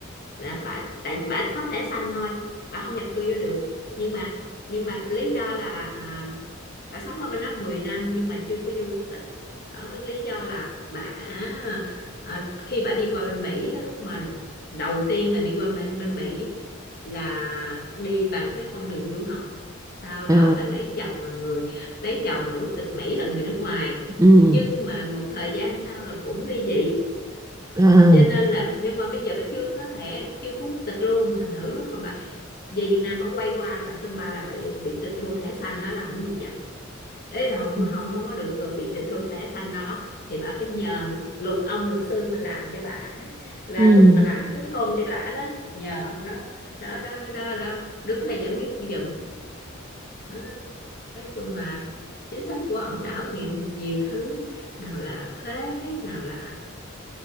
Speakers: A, on the left; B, on the right.
A: là bả tại bả có thẻ xanh thôi bả không nhập cư vô được nhưng mà nhưng mà lý do là à, bà sống ở bên đó 10 năm nhưng mà chưa có vô quốc tịch đó lý do là bà à, khi bà đi qua bên Mỹ á, lúc mà đầu tiên là đi qua bên, bên Mỹ là đi bằng cái con đường du học sau đó
B: ừ
A: là lấy chồng là người lấy chồng là quốc tịch Mỹ là người nước ngoài
B: ừ
A: nhưng mà một thời gian sau là cũng ly dị
B: ừ
A: cho nên là nhưng mà bây giờ bà chưa có thẻ chưa có quốc tịch luôn thành thử lúc mà bà về Việt Nam bà quay qua là sân bay là bị bị tịch thu thẻ xanh đó là không được chậm Ê, không
B: ừ
A: không không có được ờ, bị tịch thu thẻ xanh đó thì bà phải nhờ luật ông luật sư mà làm cho bà đó. là
B: ừ.
A: lúc mà làm kết hôn cho bà đó nhờ ông đó đó đó đó, đó đứng ra giải quyết giùm đó. nói chung là chính sách của ổng đảo nhiều, nhiều thứ nào là thuế nào là